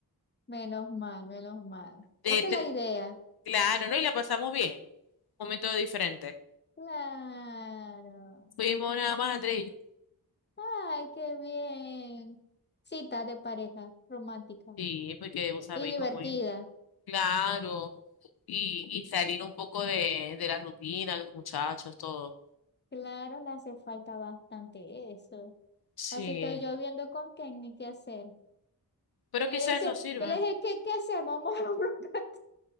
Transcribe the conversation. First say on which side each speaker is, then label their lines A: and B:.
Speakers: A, on the left; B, on the left.
A: Menos mal, menos mal.
B: De
A: Esa
B: tre-
A: es la idea.
B: claro, ¿no? Y la pasamos bien. Momento diferente.
A: Claro.
B: Fuimos nada más, Andrés y yo.
A: Ay, qué bien. Cita de pareja romántica
B: Sí, porque vos sabéis
A: y divertida.
B: cómo es. Claro. Y, y salir un poco de, de la rutina, los muchachos, todo.
A: Claro, le hace falta bastante eso.
B: Sí,
A: Así estoy yo viendo con Kenny qué hacer.
B: pero
A: Él
B: quizás
A: dice,
B: eso sirve.
A: yo le dije, ¿qué, qué hacemos? Vamos a ver un brocante.